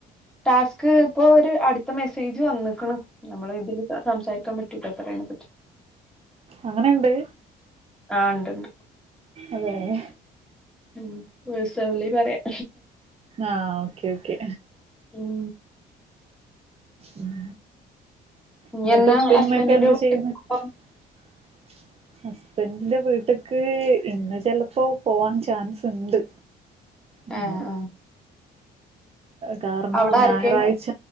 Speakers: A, in the centre; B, on the right (about 35°).
A: ടാസ്ക് ഇപ്പ ഒരു അടുത്ത മെസ്സേജ് വന്ന്ക്ണ് നമ്മള് ഇതില് സംസാരിക്കാൻ പറ്റുല പറിണത്
B: അങ്ങനെണ്ട്?
A: ആഹ് ഇണ്ട്ണ്ട്
B: അതെതെ
A: ഉം പേഴ്സൺലി പറയാ
B: ആഹ് ഓക്കെ ഓക്കെ
A: ഉം
B: ഉം
A: ഇയ്യ്
B: ഇന്നട്ട്
A: എന്നാ
B: ഉപ്പ,
A: ഹസ്ബന്റിന്റെ
B: ഉമ്മിക്കെ എന്ത്
A: വീട്ട്ക്ക്
B: ചെയ്യുന്നു?
A: പോവാ
B: <unintelligible> ഹസ്ബന്റിന്റെ വീട്ട്ക്ക് ഇന്ന് ചെൽപ്പോ പോവാൻ ചാൻസ് ഇണ്ട് അങ്ങനെ
A: ഏഹ് ആഹ്
B: കാരണം
A: അവിടെ
B: ഞാറാഴ്ച
A: ആരൊക്കെ